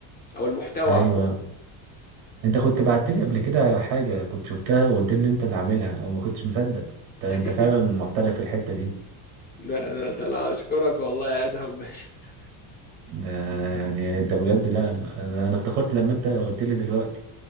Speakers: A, on the left; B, on the right.
A: او المحتوى
B: ايوه
A: عموما
B: انت كنت بعت لي قبل كده حاجة كنت شفتها وقلت لي انت اللي عاملها او ما كنتش مصدق انت انت
A: <laughs>
B: فعلا محترف في الحتة دي
A: ده ده ده انا اشكرك والله يا ادهم باشا <laughs>
B: ده يعني انت بجد لا لا، انا انا افتكرت لما انت قلت لي دلوقتي